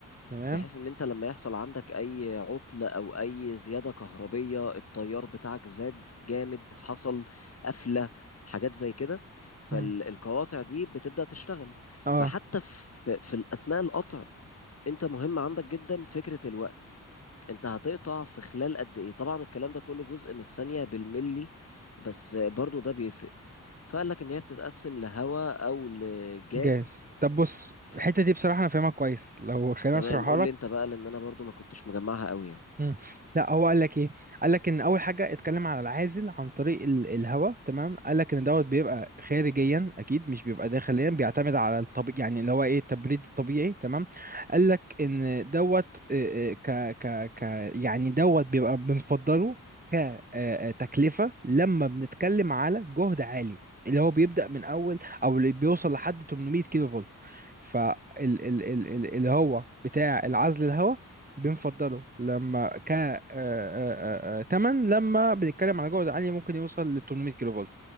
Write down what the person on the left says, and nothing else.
بحيث ان انت لما يحصل عندك اي عطل او اي زيادة كهربية التيار بتاعك زاد جامد حصل قفلة حاجات زي كده فالقواطع
دي بتبدأ تشتغل
فحتى في, في اثناء القطع انت مهم عندك جدا فكرة الوقت انت هتقطع في خلال قد ايه طبعا الكلام ده كله جزء من الثانية بالملي بس برضو ده بيفرق فقال لك ان هي بتتقسم لهواء او لجاز
ف...
تمام
قول لي انت بقى لان انا برضو ما كنتش مجمعها قوي يعني